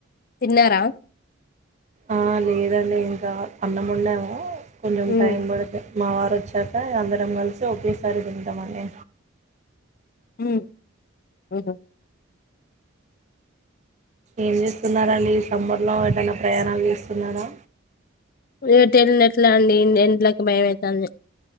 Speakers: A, on the left; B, on the right.
A: తిన్నారా
B: ఆ లేదండి ఇంకా అన్నం వండాము కొంచెం
A: ఉమ్
B: టైం పడుతదు మా వారు వచ్చాక అందరం కలిసి ఒకేసారి తిందామని
A: ఉమ్ ఊహూ
B: ఏం చేస్తున్నారా అండి ఈ సమ్మర్ లో ఏదైనా ప్రయాణాలు చేస్తున్నారా
A: ఏ తెలిన ఎట్లా అండి ఎట్లోకి భయంమవుతుంది